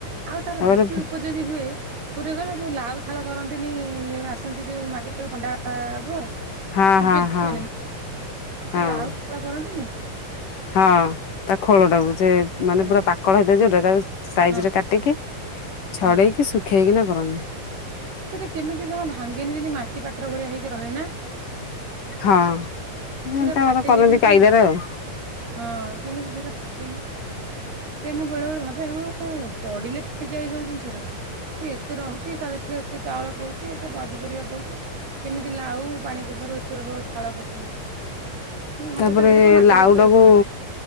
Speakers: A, on the right; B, on the left.
A: ଆଉ ତାର
B: ତାପରେ
A: ବେଶୀ ଉପଯୋଗୀ ହୁଏ। କୋଉଟା କହିଲ ଯୋଉ ଲାଉ ଥାଳ ଧରନ୍ତିନି ଆସନ୍ତି ଯୋଉ ମାଗିବାକୁ ପଣ୍ଡା ପୁଅ।
B: ହଁ ହଁ
A: ଯୋଗୀ
B: ହଁ
A: ମାନେ ଯୋଉ
B: ହଁ
A: ଲାଉ ଥାଳ ଧରନ୍ତିନି!
B: ହଁ। ତା ଖୋଳଟାକୁ ସେ ମାନେ
A: ହଁ
B: ପୁରା ପାକଳ ହେଇଥାଏ ଯୋଉଟା ତାକୁ ସାଇଜ
A: ହଁ
B: ରେ କାଟିକି ଛଡେଇକି
A: ହଁ
B: ଶୁଖେଇକିନା କରନ୍ତି।
A: ସେଟା କେମିତି ଜମା ଭାଙ୍ଗେନି ଯେମିତି ମାଟି ପାତ୍ର ଭଳିଆ ହେଇକି ରହେ ନା!
B: ହଁ କେମିତି
A: ସେଇଟା
B: ତାଙ୍କର
A: ଫାଟେନି
B: କରନ୍ତି
A: ବି କି
B: କାଇଦାରେ ଆଉ।
A: ହଁ କେମିତି ସେଇଟା ଫାଟେନି, ସେଇଆ ମୁଁ ବେଳେ ବେଳେ ଭାବେ ହଁ ପଡିଲେ ଫା ଯାଏ ଯୋଉ ଜିନିଷ ଟା ସେ ଏତେ ରହୁଛି ତା ଭିତରେ ଏତେ ଚାଉଳ ପଉଛି ଏତେ ପନିପରିବା ପଉଛି। କେମିତି ଲାଉ ପାଣି କଖାରୁ ଏତେ ରକମର ଥାଳ କରୁଛନ୍ତି। ମୁଁ ଭାବେ
B: ତାପରେ
A: ତା ଦେହରେ କଣ ମାଟି
B: ଲାଉଟାକୁ
A: ଫାଟି ଦଉଛନ୍ତି ବୋଧେ